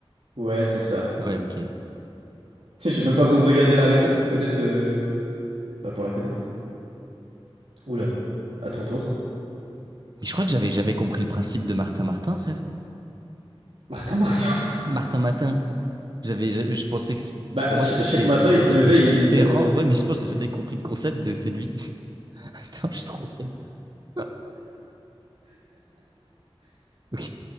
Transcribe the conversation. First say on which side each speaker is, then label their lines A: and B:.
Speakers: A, on the right; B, on the right.
A: Ouais, c'est ça.
B: Ouais, ok. Mais
A: <laughs> J'ai même pas besoin de regarder la réponse pour connaître. euh, Bah, pour la connaître. Oula, à ton tour.
B: je crois que j'avais jamais compris le principe de Martin Martin, frère.
A: Martin, Martin. <laughs>
B: Martin Matin. J'avais, ja- je pensais que c'est-
A: Bah,
B: pour moi
A: ch-
B: c'était
A: chaque
B: des,
A: matin,
B: des- des
A: il se
B: personnages
A: levait, il
B: <laughs> différents.
A: avait un.
B: Ouais, mais je pense que j'ai jamais compris le concept de c'est lui. <laughs> Attends, je suis trop bête. <laughs> Ok,